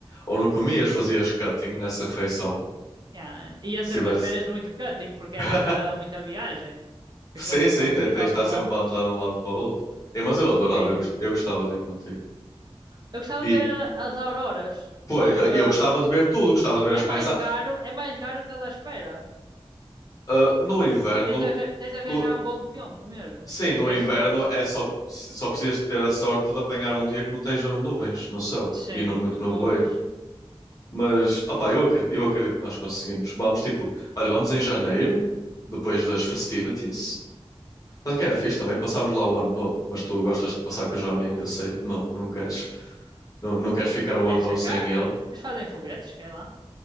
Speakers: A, on the left; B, on the right.
A: Ou não comias, fazias cutting nessa refeição,
B: Yeah. Ia
A: se
B: ser
A: tivesse.
B: umas férias de muito cutting, porque
A: <laughs>
B: é muita, muita viagem. Porque
A: Sim,
B: aquilo
A: sim,
B: são mil
A: te- tens
B: e tal
A: de estar
B: quilómetros.
A: sempre a andar de um lado para o outro. É, mas eu adorava,
B: Mas
A: eu, gost- eu gostava de ir contigo.
B: eu gostava
A: E,
B: de ver era as auroras,
A: pô,
B: só
A: eu
B: que hum,
A: eu gostava de ver tudo, gostava de ver as
B: é
A: paisagens.
B: mais raro, é mais raro que estás à espera.
A: Ah, no inverno,
B: Tens de, arra- tens de arranjar
A: no-
B: um bom tempo mesmo.
A: sim,
B: Tens
A: no
B: de ter
A: inverno
B: sorte.
A: é só, só precisas de ter a sorte de apanhar um dia que não estejam nuvens no céu
B: Sim,
A: e não muito nevoeiro.
B: pois.
A: Mas, opá, eu acredito, eu acredito que nós conseguimos. Vamos, tipo, olha, vamos em janeiro, depois das festivities. Mas que era fixe também, passámos lá o ano novo. Mas tu gostas de passar com o Johnny,
B: Uf,
A: que eu sei, não, não queres, não, não queres ficar o
B: deve
A: ano
B: ser
A: novo
B: caro.
A: sem ele.
B: Eles fazem foguetes, quer lá?